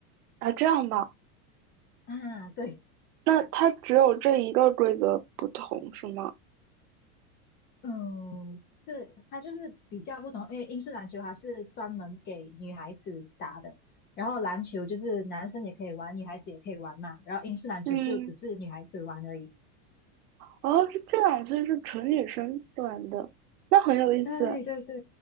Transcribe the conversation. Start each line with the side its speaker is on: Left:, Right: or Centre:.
Right: 啊，这样吧，
Left: 啊，对。
Right: 那它只有这一个规则不同是吗？
Left: 嗯，是它就是比较不同，因为英式篮球它是专门给女孩子打的，然后篮球就是男生也可以玩，女孩子也可以玩嘛，然后英式篮球就只是女孩子玩而已。
Right: 嗯，哦，是这样，所以是纯女生玩的，那很有意思。
Left: 对对对，